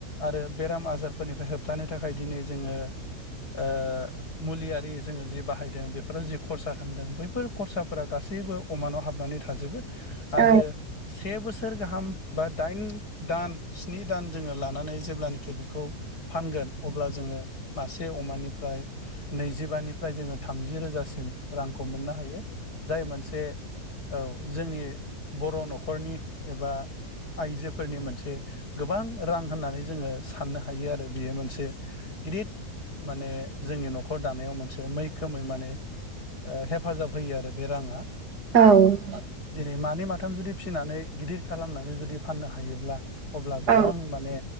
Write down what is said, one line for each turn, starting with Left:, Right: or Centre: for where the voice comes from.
Left: आरो बेराम आज बाजारफोरनिफ्राय होबथानो थाखाय दिनै जोङो ओ मुलियारि जोङो जि बाहायदों बेफोराव जि खरसा खालामदों बैफोर खरसाफोरा गासैबो <unintelligible> अमानाव हाबनानै थाजोबो
Right: औ
Left: आरो से बोसोर गाहाम बा दाइन दान स्नि दान जोङो लानानै जेब्लानाखि बेखौ फानगोन अब्ला जोङो मासे अमानिफ्राय नैजिबानिफ्राय जोङो थामजि रोजासिम रांखौ मोननो हायो जाय मोनसे औ जोंनि बर' न' न'खरनि एबा आइजोफोरनि मोनसे गोबां रां होननानै जोङो साननो हायो आरो बियो मोनसे गिदिर माने जोंनि न'खर दानायाव मोनसे मैखोमै माने ओ हेफाजाब होयो आरो बे राङा
Right: औ
Left: दिनै मानै माथाम जुदि फिसिनानै गिदिर खालामनानै जुदि फाननो हायोब्ला अब्ला गोबां
Right: औ
Left: माने